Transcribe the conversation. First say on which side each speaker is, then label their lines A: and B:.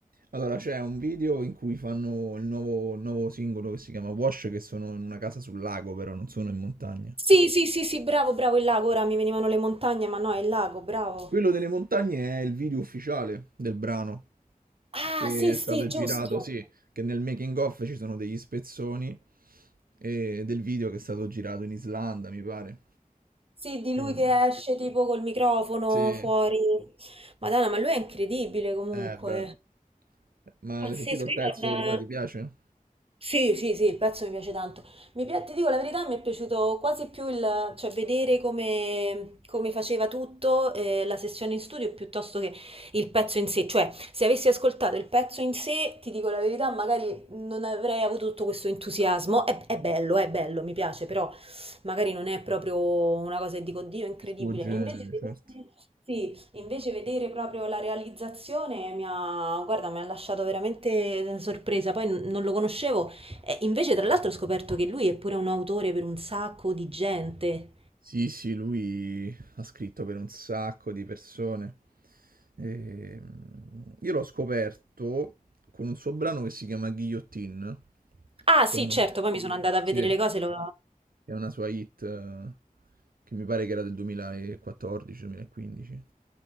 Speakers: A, on the right (about 75°); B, on the right (about 40°).
A: Allora, c'è un video in cui fanno il nuovo, il nuovo singolo che si chiama Wash, che sono in una casa sul lago, però non sono in montagna.
B: Sì, sì, sì, sì, bravo, bravo, il lago, ora mi venivano le montagne, ma no, è il lago, bravo.
A: Quello delle montagne è il video ufficiale del brano,
B: Ah,
A: che
B: sì,
A: è
B: sì,
A: stato
B: giusto.
A: girato, sì, che nel making of ci sono degli spezzoni eh, del video che è stato girato in Islanda, mi pare.
B: Sì, di lui
A: Mm.
B: che esce tipo col microfono
A: Sì,
B: fuori. Madonna, ma lui è incredibile comunque.
A: è bello. Ma
B: Pazzesco,
A: l'hai sentito il
B: io
A: pezzo?
B: non...
A: Ti, ti piace?
B: Sì, sì, sì, il pezzo mi piace tanto. Mi pi- ti dico la verità, mi è piaciuto quasi più il, cioè, vedere come, come faceva tutto, eh, la sessione in studio, piuttosto che il pezzo in sé. Cioè, se avessi ascoltato il pezzo in sé, ti dico la verità, magari non avrei avuto tutto questo entusiasmo. È, è bello, è bello, mi piace, però magari non è proprio una cosa che dico, Dio, è incredibile.
A: Il tuo genere,
B: E Invece vedere,
A: certo.
B: sì, invece vedere proprio la realizzazione mi ha, guarda, mi ha lasciato veramente sorpresa. Poi n- non lo conoscevo. E invece, tra l'altro, ho scoperto che lui è pure un autore per un sacco di gente.
A: Sì, sì, lui ha scritto per un sacco di persone. E, mm, io l'ho scoperto con un suo brano che si chiama Guillotine.
B: Ah, sì,
A: Chiama-
B: certo, poi mi sono andata a
A: Sì.
B: vedere le cose, lo...
A: È una sua hit eh, che mi pare che era del 2014-2015.